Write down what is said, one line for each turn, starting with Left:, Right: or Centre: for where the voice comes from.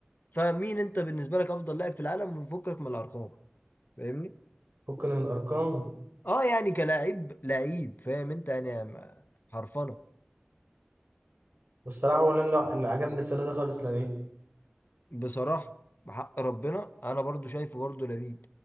Left: فمين انت بالنسبه لك افضل لاعب في العالم وفكك من الارقام فاهمني
Right: فكنا من أرقام
Left: اه يعني كلاعب لعيب فاهم انت يعني م- حرفنه
Right: والصراحة ولا لا اللي عجبني السنة دي خالص لامين
Left: بصراحه بحق ربنا انا برضو شايفه برضو لامين